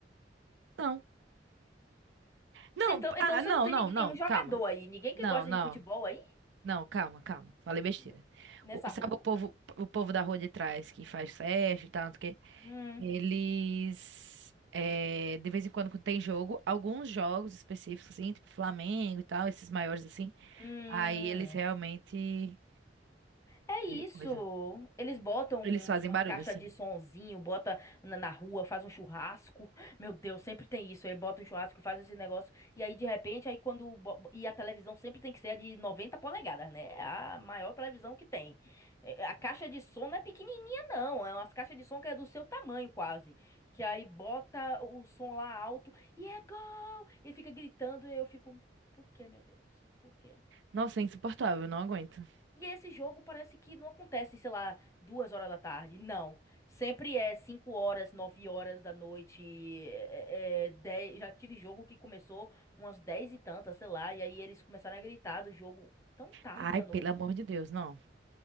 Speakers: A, on the right; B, on the left.
A: Não. Não,
B: Então, então
A: ah,
B: você
A: não,
B: não tem
A: não,
B: nin-
A: não,
B: nenhum jogador
A: calma.
B: aí, ninguém
A: Não,
B: que gosta
A: não.
B: de futebol aí
A: Não, calma, calma. Falei besteira.
B: N- nessa
A: O- sabe
B: rua?
A: o povo, o povo da rua de trás que faz festa e tal, não sei o quê?
B: Hum,
A: Eles, é, de vez em quando, quando tem jogo, alguns jogos específicos, assim, tipo Flamengo e tal, esses maiores, assim,
B: hum.
A: aí eles realmente,
B: É isso.
A: coisa,
B: Eles botam
A: eles
B: uns-
A: fazem
B: uma
A: barulho,
B: caixa
A: assim.
B: de sonzinho, bota na, na rua, faz um churrasco. Meu Deus, sempre tem isso. Aí bota um churrasco, faz esse negócio. E aí, de repente, aí quando. bo- E a televisão sempre tem que ser a de 90 polegadas, né? É A maior televisão que tem. É, A caixa de som não é pequenininha, não. É umas caixas de som que é do seu tamanho, quase. Que aí bota o som lá alto e é gol! E fica gritando. E eu fico, por quê, meu Deus? Por quê?
A: Nossa, é insuportável, não aguento.
B: E esse jogo parece que não acontece, sei lá, duas horas da tarde. Não. Sempre é cinco horas, nove horas da noite. É, é, é, dez- já tive jogo que começou umas dez e tantas, sei lá. E aí eles começaram a gritar do jogo tão tarde
A: Ai,
B: da
A: pelo
B: noite.
A: amor de Deus, não.